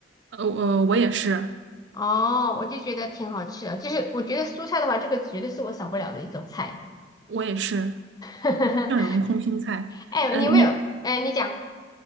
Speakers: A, on the right (about 70°); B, on the left (about 20°).
A: 呃呃，我也是，
B: 哦，我就觉得挺好吃的，就是我觉得蔬菜的话，这个绝对是我少不了的一种菜。
A: 我也是
B: <laughs>
A: 蒜蓉空心菜。
B: 哎，
A: 嗯，
B: 你有没有？
A: 你
B: 哎，你讲